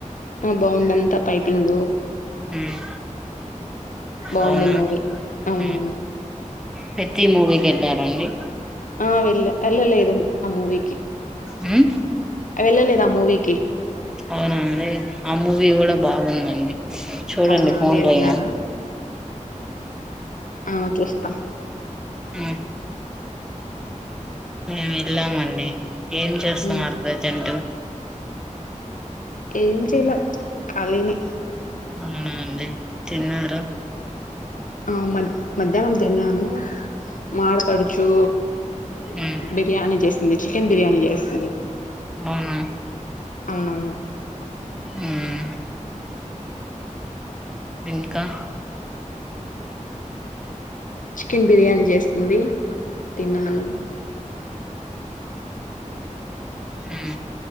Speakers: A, on the left; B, in the centre.
A: ఆ బాగుందంతా పైటింగు
B: ఉం
A: బాగుంది
B: అవున
A: మూవీ అవునవును
B: ఉం పెద్ది మూవీకి ఎళ్ళారా అండి
A: ఆ వెళ్ళ ఎళ్ళలేదు ఆ మూవీకి
B: హ్మ్
A: వెళ్ళలేద్ ఆ మూవీకి
B: అవునా అండి ఆ మూవీ గూడా బాగుందండి చూడండి
A: అవునా
B: ఫోన్లాయినా
A: మీరు వెళ్ళారా ఆ చుస్త
B: ఉం మేమ్ వెళ్ళామండి ఏం చేస్తున్నారు
A: మ్మ్
B: ప్రజెంటు
A: ఏం చేయల ఖాళీనే
B: అవునా అండి తిన్నార
A: ఆం మద్ మధ్యాహ్నం తిన్నాను మా ఆడపడుచు
B: ఉమ్
A: బిర్యానీ చేసింది చికెన్ బిర్యానీ చేస్తుంది
B: అవున
A: అవునవును
B: ఉం ఇంకా
A: కెన్ బిర్యానీ జేస్తుంది తినాలి
B: ఉం